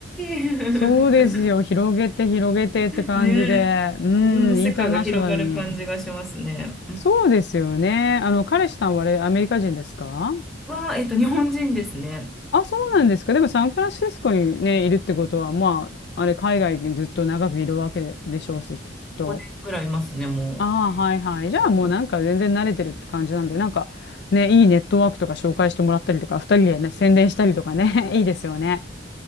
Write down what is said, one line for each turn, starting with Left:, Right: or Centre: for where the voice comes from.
Centre: し
Left: そうですよ、
Centre: い。
Left: 広げて広げてって感じで。
Centre: <laughs> ね、
Left: うん、
Centre: 自分の世界が広がる感じがしますね。
Left: インターナショナルに。
Centre: うん
Left: そうですよね。あの、彼氏さんはあれ、アメリカ人ですか
Centre: は、えっと、日本人ですね。
Left: あ、そうなんですか。でもサンフランシスコにね、いるってことは、まあ、あれ、海外にずっと長くいるわけでしょうし、きっと。
Centre: 5年ぐらいいますね、も
Left: ああ、はいはい。
Centre: う。
Left: じゃあもうなんか全然慣れてるって感じなんで、
Centre: そう
Left: なんかね、いいネットワークとか紹介してもらったりとか、二人でね、宣伝したりとかね、<laughs> いいですよね。